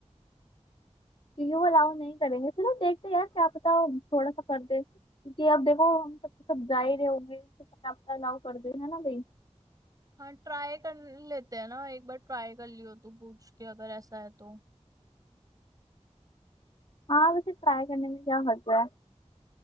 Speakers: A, on the left (about 50°); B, on the right (about 30°).
A: क्योंकि वो अलाउ नहीं करेंगे चलो देखते हैं यार क्या पता थोड़ा सा कर दे क्योंकि अब देखो हम सब सब जा ही रहे होंगे तो क्या पता अलाउ कर दे है ना भाई
B: हाँ ट्राई कर लेते हैं ना एक बार ट्राई कर लियो तू पूछ के अगर ऐसा है तो
A: हाँ वैसे ट्राई करने में क्या हर्ज है